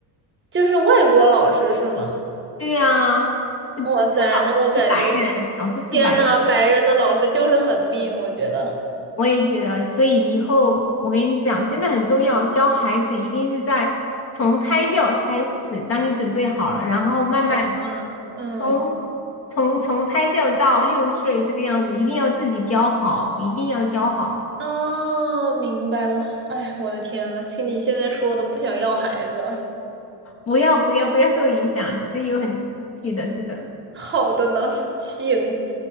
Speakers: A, on the right; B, on the left.
A: 就是外国老师是吗？
B: 对呀、是
A: 哇塞，那我感觉
B: 是白，老师是白人，
A: 天呐，白人的老师就是很命，我觉得。
B: 我也觉得，所以以后我跟你讲，真的很重要，教孩子一定是在从胎教开始，当你准备好了，然后慢慢
A: 哇，嗯，
B: 从从从胎教到六岁这个样子，一定要自己教好，一定要教好，
A: 哦，明白了。哎，我的天呐，听你现在说的，不想要孩子了。
B: 不要不要不要受影响，其实有很大趣的，真的，
A: 好的呢，行，